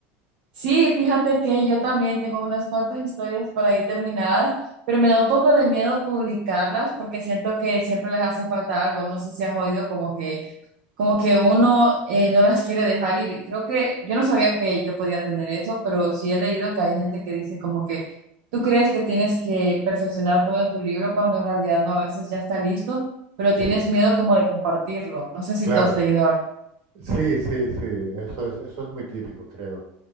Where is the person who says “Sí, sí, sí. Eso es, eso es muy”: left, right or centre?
Right